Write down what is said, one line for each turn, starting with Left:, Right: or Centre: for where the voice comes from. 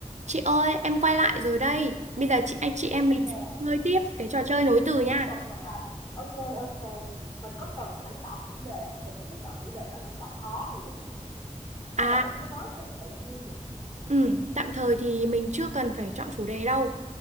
Right: Chị ơi, em quay lại rồi đây. Bây giờ chị anh chị
Left: Yeah,
Right: em mình sẽ chơi tiếp cái trò chơi nối từ nha.
Left: tiếp tục nè. Ok, ok. Mình có cần phải chọn chủ đề không? Tại chị thấy chọn chủ đề nó rất là khó luôn á. Hường. Hay
Right: À,
Left: là mình cứ nói theo tự nhiên được không?
Right: ừ, tạm thời thì mình chưa cần phải chọn chủ đề đâu.